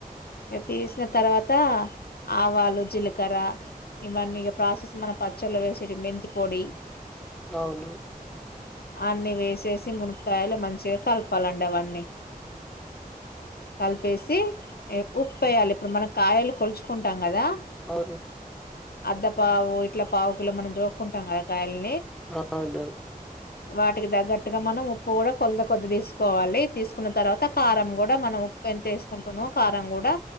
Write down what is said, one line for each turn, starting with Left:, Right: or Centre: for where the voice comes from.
Left: ఇక తీసిన తర్వాత ఆవాలు జీలకర్ర ఇవన్నీ ప్రాసెస్ మన పచ్చళ్ళ వేసేటి మెంతి పొడి
Centre: అవును
Left: అన్నిీ వేసేసి మునకాయలు మంచిగా కలపాలండి అవన్నీ కలిపేసి ఉప్పు వేయాలి ఇప్పుడు మనం కాయలు కొలుచుకుంటాం కదా
Centre: అవును
Left: అద్ద పావు ఇట్లా పావుకు మనం జోక్కుంటాం కదా కాయలు
Centre: అవును
Left: వాటికి తగ్గట్టుగా మనం ఉప్పు కూడా కొల కొద్ది తీసుకోవాలి తీసుకున్న తర్వాత కారం కూడా మనం ఉప్పు ఎంత వేసుకుంటున్నో కారం కూడా